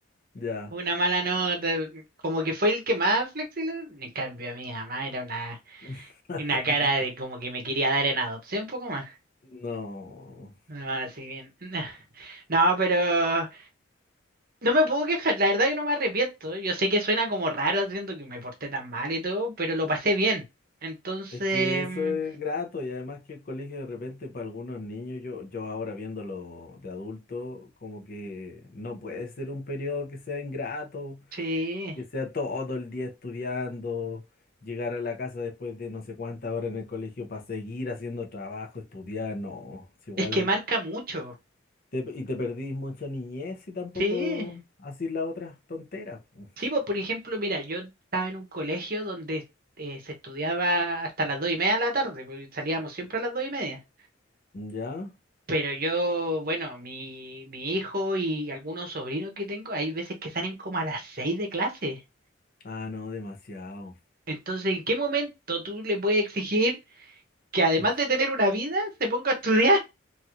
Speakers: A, on the left; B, on the right.
A: ya.
B: una mala nota, como que fue el que más flexible. En cambio, mi mamá era una,
A: <laughs>
B: una cara de como que me quería dar en adopción, un poco más.
A: No.
B: Ah, sí, bien. <laughs> No, pero no me puedo quejar, la verdad que no me arrepiento. Yo sé que suena como raro, siento que me porté tan mal y todo, pero lo pasé bien. Entonces,
A: Es que eso
B: mm,
A: es grato y además que el colegio de repente para algunos niños, yo, yo ahora viéndolo de adulto, como que no puede ser un periodo que sea ingrato,
B: sí,
A: que sea todo el día estudiando, llegar a la casa después de no sé cuántas horas en el colegio para seguir haciendo trabajo, estudiar, no, es igual
B: es que marca mucho.
A: te- y te perdís mucha niñez y tampoco
B: Sí,
A: así las otras tonteras, po.
B: sí, pues por ejemplo, mira, yo estaba en un colegio donde eh, se estudiaba hasta las dos y media de la tarde, porque salíamos siempre a las dos y media.
A: ¿ya?
B: Pero yo, bueno, mi, mi hijo y algunos sobrinos que tengo, hay veces que salen como a las seis de clase.
A: Ah, no, demasiado.
B: Entonces, ¿en qué momento tú le puedes exigir que además
A: <laughs>
B: de tener una vida, se ponga a estudiar?